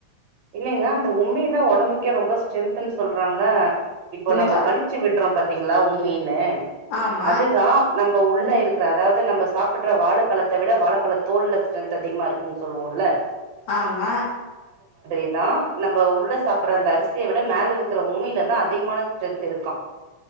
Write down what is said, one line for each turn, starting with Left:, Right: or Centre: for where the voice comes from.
Right: இல்லைங்க அந்த உண்மையதான் உடம்புக்கு ரொம்ப ஸ்ட்ரெங்த்ன்னு சொல்றாங்க இப்போ
Left: என்னப்பா
Right: நம்ம கழிச்சு விடுறோம் பாத்தீங் இல்ல உ மீனு
Left: ஆமா
Right: அதுதா நம்ம உள்ள
Left: ம்
Right: இருக்கற அதாவது நம்ம சாப்பிடுற வாழ பழத்தை விட வாழப்பழ தோல் ஸ்ட்ரன்த் அதிகமா இருக்குன்னு சொல்லுவோம்ல்ல
Left: ஆமா
Right: இதா நம்ம உள்ள சாப்பிடற அந்த அரிசிய விட மேலக்கு இருக்கிற உமியிலதா அதிகமான ஸ்ட்ரென்த் இருக்க